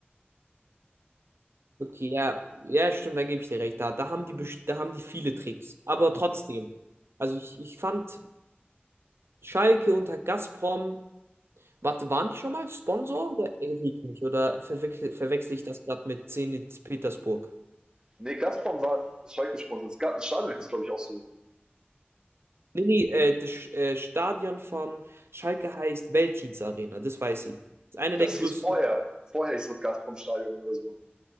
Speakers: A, on the right; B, on the right.
A: okay, ja, ja, stimmt, dann gebe ich dir recht. Da, da haben die, best- da haben die viele Tricks. Aber trotzdem, also ich, ich fand Schalke unter Gazprom, warte, waren die schon mal Sponsor oder erinnere ich mich? Oder verwechsel, verwechsel ich das gerade mit Zenit Petersburg?
B: Nee, Gazprom war Schalke-Sponsor. Das Ga- Stadion ist, glaube ich, auch so.
A: Nee, nee, äh, das Sch- äh, Stadion von Schalke heißt Veltins Arena, das weiß ich. Das ist einer
B: Ich glaube,
A: der größten.
B: das hieß vorher. Vorher hieß das Gazprom-Stadion oder so.